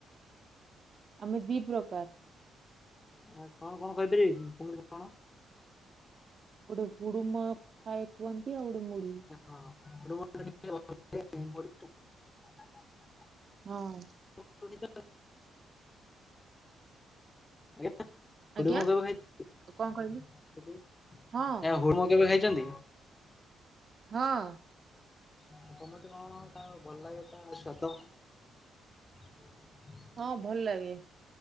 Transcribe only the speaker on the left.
ଆଉ କଣ କଣ କହିପାରିବେ କି କେମିତି କଣ?
<unintelligible>
<unintelligible> <unintelligible>
କେବେ ଖାଇଛନ୍ତି?
ଆଉ କମିତି କଣ ତା ଭଲ ଲାଗେ ତା ସ୍ୱାଦ?